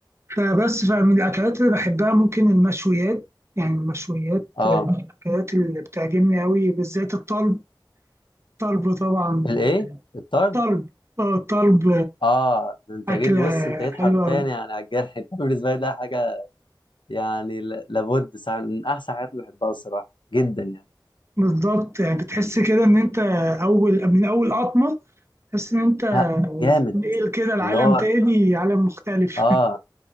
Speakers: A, on the right (about 30°); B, on the left (about 70°).
A: فبس فمن الاكلات اللي بحبها ممكن المشويات يعني المشويات
B: اه
A: آه، من الاكلات اللي بتعجبني قوي بالذات الطلب الطلب طبعا
B: الايه الطرد
A: طلب اه الطلب
B: اه ده انت
A: اكله
B: جيت بص انت جيت
A: حلوه
B: حرفيا يعني على الجرح <laughs> انت بالنسبه لي ده حاجه يعني ل- لابد صح من احسن حاجات اللي بحبها الصراحه جدا يعني
A: بالظبط يعني بتحس كده ان انت اول من اول قطمه تحس ان انت
B: لا جامد
A: بتنقل كده العالم
B: اللي هو
A: تاني عالم مختلف
B: اه